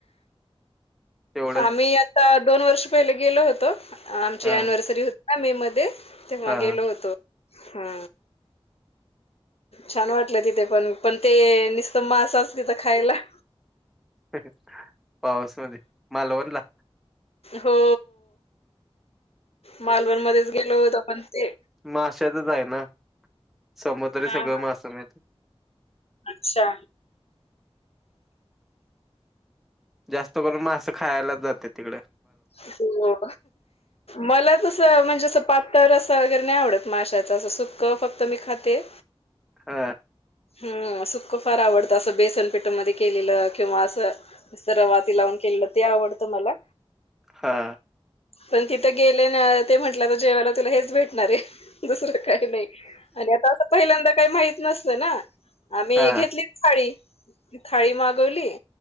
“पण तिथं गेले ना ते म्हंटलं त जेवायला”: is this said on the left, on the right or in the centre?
Left